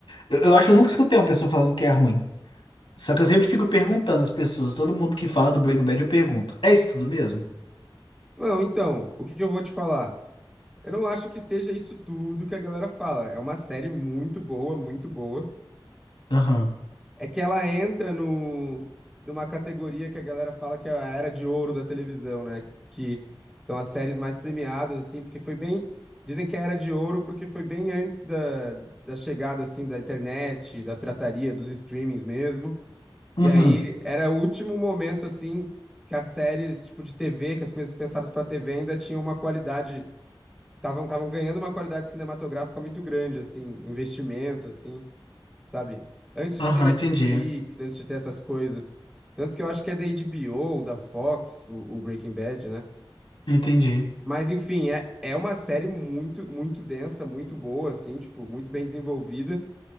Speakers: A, on the left (about 70°); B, in the centre.
A: eu, eu acho que eu nunca escutei uma pessoa falando que é ruim. Só que eu sempre fico perguntando às pessoas. Todo mundo que fala do Breaking Bad, eu pergunto: é isso tudo mesmo?
B: Não, então, o que que eu vou te falar? Eu não acho que seja isso tudo que a galera fala. É uma série muito boa, muito boa.
A: Aham.
B: É que ela entra no, numa categoria que a galera fala que é a era de ouro da televisão, né? Que são as séries mais premiadas, assim, porque foi bem. Dizem que é a era de ouro porque foi bem antes da, da chegada, assim, da internet, da pirataria, dos streamings mesmo. E
A: Uhum.
B: aí era o último momento, assim, que as séries, tipo, de TV, que as coisas pensadas pra TV ainda tinham uma qualidade. Estavam estavam ganhando uma qualidade cinematográfica muito grande, assim, investimento, assim sabe? Antes de
A: Aham,
B: ter Netflix,
A: entendi.
B: antes de ter essas coisas. Tanto que eu acho que é da HBO, da Fox, o, o Breaking Bad, né?
A: Entendi.
B: Mas enfim, é, é uma série muito, muito densa, muito boa, assim, tipo, muito bem desenvolvida.